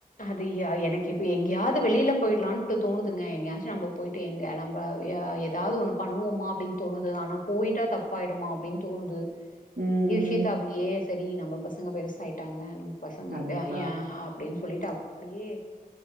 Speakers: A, on the left; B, on the right.
A: அதுயா எனக்கு இப்ப எங்கேயாவது வெளில போயிடலான்ட்டு தோணுதுங்க எங்கேயாச்சு நம்ம போயிட்டு எங்க நம்ப எதாவது ஒண்ணு பண்ணுவோமா அப்டின் தோணுது ஆனா போயிட்டா தப்பாயிடுமா அப்டின் தோணுது நறையா
B: ம்
A: விஷ்யத்த
B: ம்
A: அப்டியே சேரி நம்ம பசங்க பெருசாயிட் விட்டங்க நம் பசங்க
B: கண்டிப்பா
A: எ எ அப்டின்ஸ் சொல்லிட்டு அப்புடியே